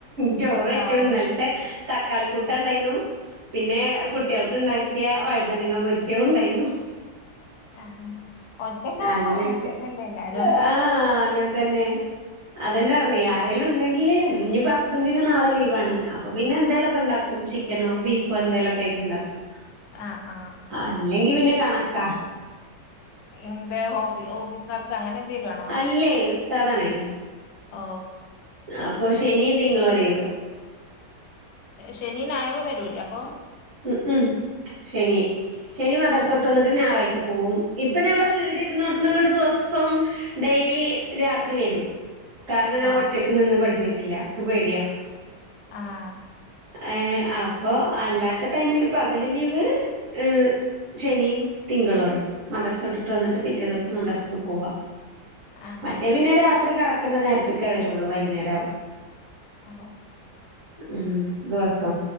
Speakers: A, on the right; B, on the left.
A: ചോറ് വെച്ചു
B: ആവൂ
A: ഇന്നൽത്തെ തക്കാളി കൂട്ടണ്ടായിന്നു പിന്നെ കുട്ടികൾക്ക്
B: ആഹ്
A: ഉണ്ടാക്കി യ വഴുതന്നങ്ങ പൊരിച്ചോ ണ്ടായിരുന്നു.
B: ആഹ് ഒറ്റക്കാവുമ്പോ
A: അങ്ങനെക്കെ
B: അങ്ങനെ തന്നെയല്ലേ എല്ലാരും
A: ആഹ് അങ്ങനെതന്നെ അതന്നെ പറഞ്ഞേ ആരെലും ണ്ടെങ്കിൽ ല്ഇപ്പ ഹസ്ബൻന്റിന് നാളെ ലീവാണ് അപ്പൊ പിന്നെ എന്തേലുംക്കെ ഉണ്ടാക്കും ചിക്കനോ ബീഫോ എന്തേലുക്കെ ആയിട്ട് ഉണ്ടാക്കും
B: ആഹ് ആഹ്
A: അല്ലെങ്കി പിന്നെ കണക്കാ
B: എന്ത് ഓഫീ ഓഫീസ് വർക്ക് അങ്ങനെ എന്തേലും ആണോ
A: അല്ലേ ഉസ്താദണെ
B: ഓ
A: അപ്പൊ ശനിയും തിങ്കളും ലീവ്
B: ശെനിയും ഞായറും വരൂല്ലേ അപ്പം
A: ഉം ഉം ശനി ശനി മദർസോട്ട്
B: ആഹ്
A: വന്നിട്ട് ഞായറാഴ്ച പോവും ഇപ്പൊ ഞങ്ങള് വീട് ഇരുന്നോ ത്തീന്ന് ങ്ങട്ദിവസം ഡെയിലി രാത്രി വരും കാരണം ഞാൻ
B: ആഹ്
A: ഒറ്റക്ക് നിന്ന് പഠിഞ്ഞിട്ടില്ല നക്ക് പേടിയാ
B: ആഹ്
A: ഏ അപ്പൊ അല്ലാത്ത ടൈമില് പകല് ലീവ് ഏ ശനിയും തിങ്കളു ആണ് മദ്രസ വിട്ടിട്ട് വന്നിട്ട് പിറ്റേ ദിവസം മദർസക്ക് പോവാ
B: ആഹ്
A: മറ്റേ പിന്നെ രാത്രി കടക്കണ്ട നേരത്തക്കെ വരള്ളൂ വൈകുന്നേരാവും
B: ഓ
A: ഉം ദിവസം